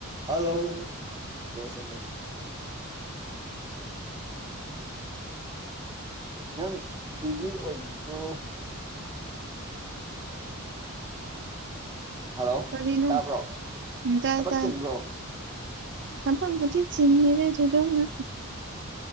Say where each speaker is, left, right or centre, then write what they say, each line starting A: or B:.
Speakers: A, on the right; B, on the right.
A: ꯍꯜꯂꯣ ꯏꯀꯣ ꯆꯠꯂꯦ ꯅꯪ ꯕꯤꯖꯤ ꯑꯣꯏꯕ꯭ꯔꯣ ꯍꯥꯜꯂꯣ
B: ꯀꯔꯤꯅꯣ
A: ꯇꯥꯕ꯭ꯔꯣ
B: ꯎꯝ ꯇꯥꯏ
A: ꯊꯕꯛ
B: ꯇꯥꯏ
A: ꯆꯤꯟꯕ꯭ꯔꯣ
B: ꯊꯕꯛꯄꯨꯗꯤ ꯆꯤꯟꯗꯦꯗꯥ ꯊꯣꯢꯗꯣꯛꯅ